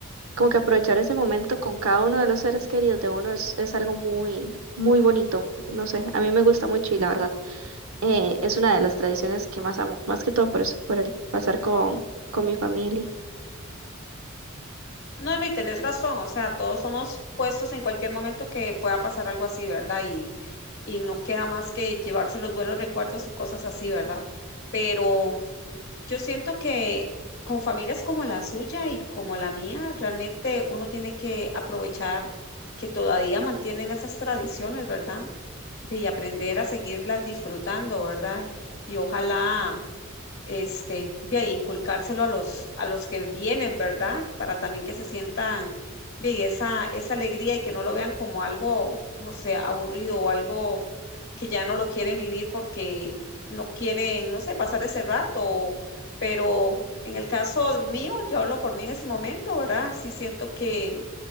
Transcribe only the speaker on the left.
No, no, y tenés razón, o sea, todos somos puestos en cualquier momento que pueda pasar algo así, ¿verdad? Y, y no queda más que llevarse los buenos recuerdos y cosas así, ¿verdad? Pero... Yo siento que con familias como la suya y como la mía, realmente uno tiene que aprovechar que todavía mantienen esas tradiciones, ¿verdad? Ve, Y aprender a seguirlas disfrutando, ¿verdad? Y ojalá este, de ahí inculcárselo a los, a los que vienen, ¿verdad? Para también que se sientan bien esa, esa alegría y que no lo vean como algo, no sé, aburrido o algo que ya no lo quieren vivir porque no quieren, no sé, pasar ese rato. o- Pero en el caso mío, yo hablo por mí en ese momento, ¿verdad? Sí siento que